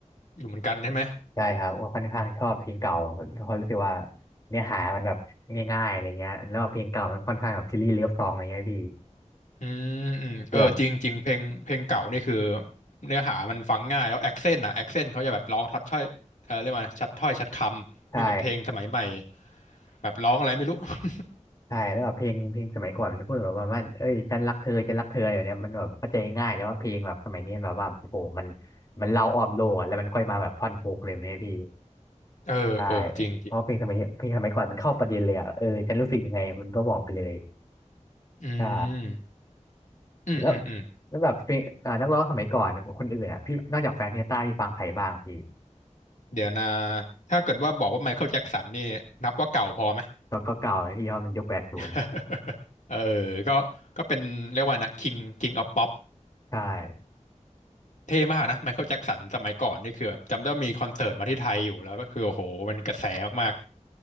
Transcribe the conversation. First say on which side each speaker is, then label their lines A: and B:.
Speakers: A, on the left; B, on the left.
A: อยู่เหมือนกันใช่ไหม
B: ใช่ครับว่าค่อนข้างชอบเพลงเก่าเพราะรู้สึกว่าเนื้อหามันแบบง่ายๆอะไรเงี้ยแล้วเพลงเก่ามันค่อนข้างแบบซีรีส์เลิฟซองอะไรเงี้ยพี่
A: อืมอืมเออจริงจริงเพลงเพลงเก่านี่คือ
B: คือแบบ
A: เนื้อหามันฟังง่ายแล้วแอคเซนต์อ่ะแอคเซนต์เขาจะแบบร้องทัดถ้อยเออเรียกว่าชัดถ้อยชัดคำไม่เหมือนเพลงสมัยใหม่
B: ใช่
A: แบบร้องอะไรไม่รู้ <laughs>
B: ใช่แล้วแบบเพลงเพลงสมัยก่อนมันพูดแบบว่าว่าเอ้ยฉันรักเธอฉันรักเธออะไรแบบเนี้ยมันแบบเข้าใจง่ายแต่ว่าเพลงแบบสมัยนี้แบบว่าโอ้โหมันมันเล่าอ้อมโลกอะแล้วมันค่อยมาแบบท่อนฮุกเลยแบบเนี่ยพี่
A: เออเออจริงจริง
B: ใช่เพราะเพลงสมัยนี้เพลงสมัยก่อนมันเข้าประเด็นเลยอ่ะเออฉันรู้สึกยังไงมันก็บอกไปเลย
A: อืม
B: ใช่
A: อืมอืมอืม
B: แล้วแล้วแบบเพลงอ่านักร้องสมัยก่อนคนอื่นอ่ะพี่นอกจากแฟนเฮต้าพี่ฟังใครบ้างพี่
A: เดี๋ยวนะถ้าเกิดว่าบอกว่าไมเคิลแจ็คสันนี่นับว่าเก่าพอไหม
B: ก็ก็เก่าเลยพี่เพราะมันยุคแปดศูนย์
A: <laughs> เออก็ก็เป็นเรียกว่านะ King King of Pop
B: ใช่
A: เท่มากนะไมเคิลแจ็คสันสมัยก่อนนี่คือแบบจำได้ว่ามีคอนเสิร์ตมาที่ไทยอยู่แล้วก็คือโอ้โหมันกระแสมาก